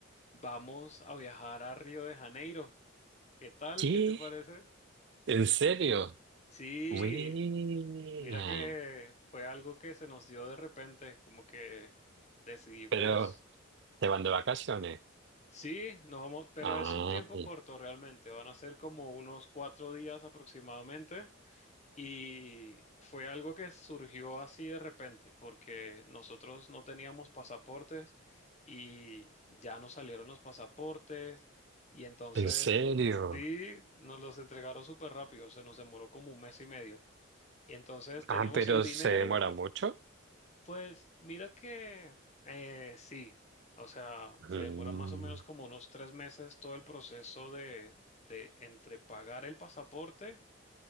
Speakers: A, on the left (about 30°); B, on the right (about 55°).
A: vamos a viajar a Río de Janeiro. ¿Qué tal?
B: ¿Qué?
A: ¿Qué te parece?
B: ¿En serio?
A: Sí,
B: Buena.
A: Mira que fue algo que se nos dio de repente, como que decidimos,
B: Pero, ¿te van de vacaciones?
A: sí, nos vamos, pero
B: Ay,
A: es un tiempo corto realmente, van a ser como unos cuatro días aproximadamente y fue algo que surgió así de repente, porque nosotros no teníamos pasaportes y ya nos salieron los pasaportes y entonces
B: ¿en serio?
A: sí, nos los entregaron súper rápido, se nos demoró como un mes y medio. Y entonces teníamos
B: Ah, pero
A: el dinero
B: ¿se demora mucho?
A: Pues mira que eh, sí, o sea, se
B: Mm,
A: demora más o menos como unos tres meses todo el proceso de, de entre pagar el pasaporte